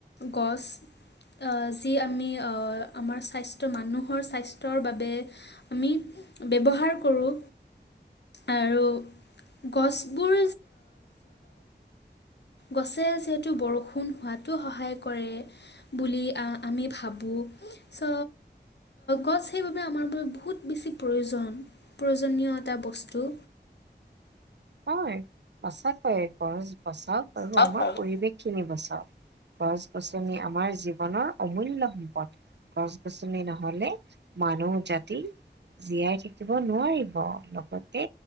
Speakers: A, on the left; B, on the right.
A: গছ আহ যি আমি আহ আমাৰ স্বাস্থ মানুহৰ স্বাস্থ্যৰ বাবে আমি ব্যৱহাৰ কৰোঁ আৰু গছবোৰ গছে যিহেতু বৰষুণ হোৱাতো সহায় কৰে বুলি আমি ভাবোঁ চ গছ সেইবাবে আমাৰ বাবে বহুত বেছি প্ৰয়োজন প্ৰয়োজনীয় এটা বস্তু
B: হয় সঁচাক কৈ গছ সচাওক আৰু
A: হয়
B: আমাৰ
A: বাৰু
B: পৰিৱেশ চিনিব চাওক গছ গছনি আমাৰ জীৱনৰ অমূল্য সম্পদ গছ গছনি নহ'লে মানুহ জাতি জীয়াই থাকিব নোৱাৰিব লগতে